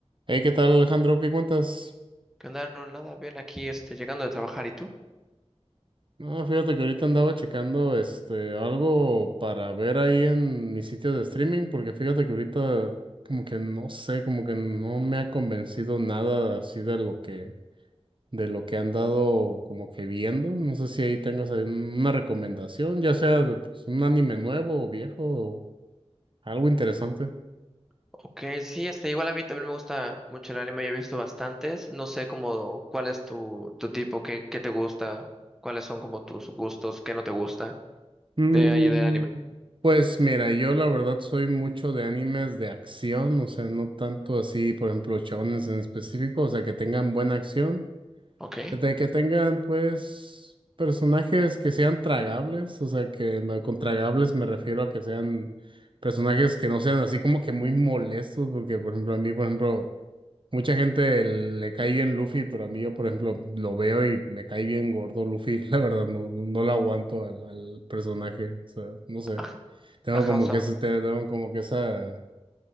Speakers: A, on the right (about 50°); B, in the centre.
A: Hey, ¿qué tal, Alejandro? ¿Qué cuentas?
B: ¿Qué onda? No, nada, bien aquí, este, llegando de trabajar, ¿y tú?
A: No, fíjate que ahorita andaba checando este algo para ver ahí en mis sitios de streaming, porque fíjate que ahorita como que no sé, como que no me ha convencido nada así de lo que de lo que han dado como que viendo. No sé si ahí tengas ahí una recomendación, ya sea de pues, un anime nuevo o viejo o algo interesante.
B: Ok, sí, este, igual a mí también me gusta mucho el anime, yo he visto bastantes, no sé cómo, cuál es tu, tu tipo, qué, qué te gusta, cuáles son como tus gustos, qué no te gusta
A: Mm,
B: de ahí del anime.
A: Pues mira, yo la verdad soy mucho de animes de acción, o sea, no tanto así, por ejemplo, shonens en específico, o sea, que tengan buena acción,
B: Ok,
A: de que tengan pues personajes que sean tragables, o sea, que no- con tragables me refiero a que sean personajes que no sean así como que muy molestos, porque por ejemplo, a mí, por ejemplo, Mucha gente le cae bien Luffy, pero a mí yo, por ejemplo, lo veo y me cae bien gordo Luffy. <laughs> La verdad, no, no, no lo aguanto al, al personaje. O sea, no sé.
B: ajá,
A: Tengo
B: ajá,
A: como
B: o sea,
A: que ese, tengo como que esa,